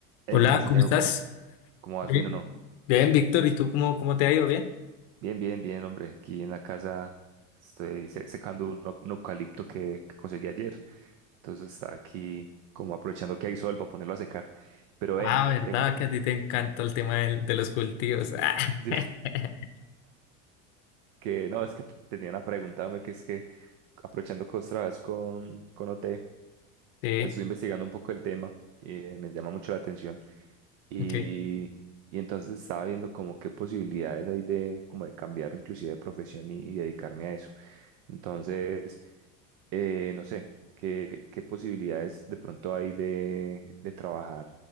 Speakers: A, on the right (about 60°); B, on the left (about 65°).
A: Hey,
B: Hola,
A: ¿qué más, Santiago?
B: ¿cómo estás?
A: ¿Cómo, cómo vas?
B: Bien,
A: ¿Bien o no?
B: Bien, Víctor, ¿y tú cómo, cómo te ha ido? ¿Bien?
A: Bien, bien, bien, hombre. Aquí en la casa estoy se- secando un, eu- un eucalipto que, que conseguí ayer. Entonces está aquí como aprovechando que hay sol para ponerlo a secar. Pero ven,
B: Ah, ¿verdad?
A: tengo...
B: Que a ti te encanta el tema del- de los cultivos. Ah,
A: <laughs> Sí.
B: <laughs>
A: Que no, es que tenía una pregunta, hombre, que es que aprovechando que vos trabajas con, con OT,
B: Sí,
A: estoy investigando un poco el tema y eh, me llama mucho la atención. Y,
B: ok.
A: y entonces estaba viendo como qué posibilidades hay de, como de cambiar inclusive de profesión y, y dedicarme a eso. Entonces, eh, no sé, qué, qué posibilidades de pronto hay de, de trabajar